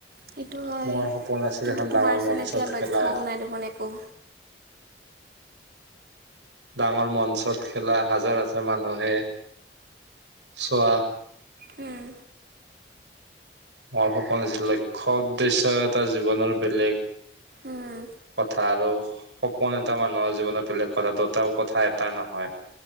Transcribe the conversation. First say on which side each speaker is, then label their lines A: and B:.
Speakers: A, on the right; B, on the right.
A: সেইটো হয়
B: মোৰ সপোন আছিল
A: কিন্তু
B: এখন
A: তোমাৰচোন
B: ডাঙৰ মঞ্চত
A: এতিয়া লক্ষ্যও
B: খেলা।
A: নাই দেখোন একো
B: ডাঙৰ মঞ্চত খেলা হাজাৰ হাজাৰ মানুহে চোৱা।
A: উম
B: মোৰ সপোন আছিল লক্ষ্য উদ্দেশ্যয় এটা জীৱনৰ বেলেগ
A: উম
B: কথা আৰু সপোন এটা মানুহৰ জীৱনত বেলেগ কথা দুটা কথা এটা নহয়।